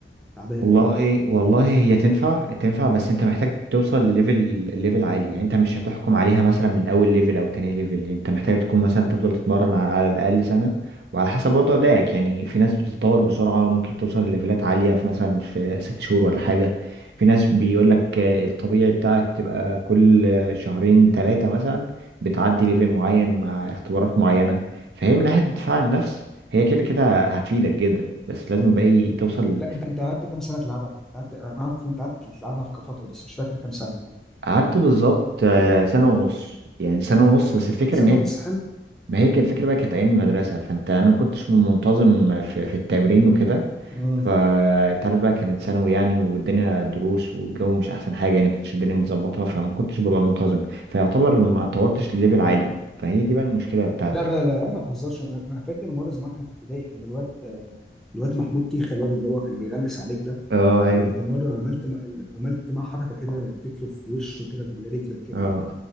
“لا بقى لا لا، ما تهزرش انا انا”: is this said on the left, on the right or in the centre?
Centre